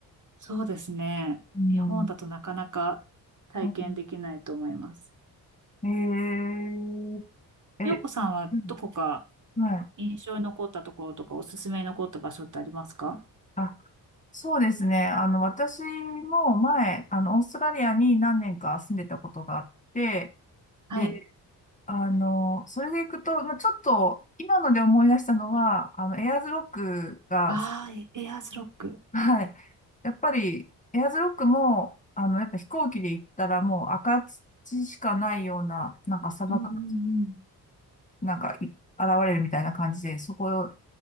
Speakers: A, on the right; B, on the left.
A: そうですね。
B: うん。
A: 日本だとなかなか体験できないと思います。
B: うんえー、え、
A: 洋子さんはどこか
B: うんはい。
A: 印象に残ったところとかおすすめに残った場所ってありますか
B: あ、そうですね。あの、私も前、あの、オーストラリアに何年か住んでたことがあって、
A: はい。
B: で、あの、それで行くと、まあ、ちょっと、今ので思い出したのは、あの、エアーズロックが、
A: ああ、エエアーズロック。
B: はい。やっぱり、エアーズロックも、あの、やっぱ飛行機で行ったらもう赤土しかないような、なんか砂漠
A: うんうんうん。
B: なんか、い現れるみたいな感じで、そこを、